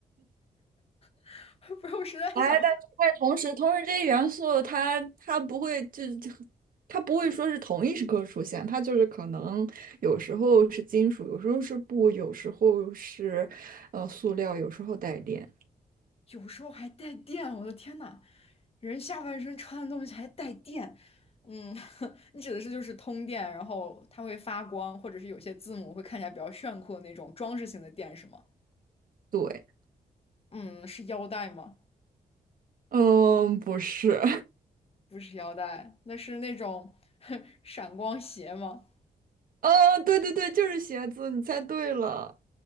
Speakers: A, on the left (about 40°); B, on the right (about 65°).
A: <laughs> 不是，我实在想。
B: 哎，但是但同时，同时这些元素它它不会就就它不会说是同一时刻出现，它就是可能有时候是金属，有时候是布，有时候是呃塑料，有时候带电。
A: 有时候还带电，我的天呐，人下半身穿的东西还带电，嗯，<laughs> 你指的是就是通电，然后它会发光，或者是有些字母会看起来比较炫酷的那种装饰性的电，是吗？
B: 对，
A: 嗯，是腰带吗？
B: 嗯，不是，
A: 不是腰带，那是那种 <laughs> 闪光鞋吗？
B: <laughs> 嗯，对对对，就是鞋子，你猜对了。